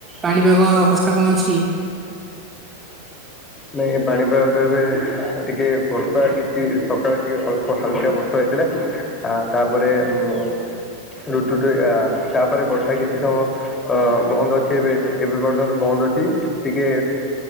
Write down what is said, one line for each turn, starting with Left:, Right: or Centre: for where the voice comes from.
Right: ପାଣିପାଗ ଅବସ୍ଥା କଣ ଅଛି?
Left: ନାହ ପାଣି ପାଗ ତ ଏବେ ଟିକେ ବର୍ଷା କିଛି ସକାଳେ ଟିକେ ଅଳ୍ପ ହାଲକା ବର୍ଷା ହେଇଥିଲା। ଆ ତାପରେ ଆମର ରୁଟୁତୁ ଆ ତାପରେ ବର୍ଷା କିଛି ସମୟ ଅ ବନ୍ଦ ଅଛି ଏବେ ଏବେ ପର୍ଯ୍ୟନ୍ତ ବନ୍ଦ ଅଛି ଟିକେ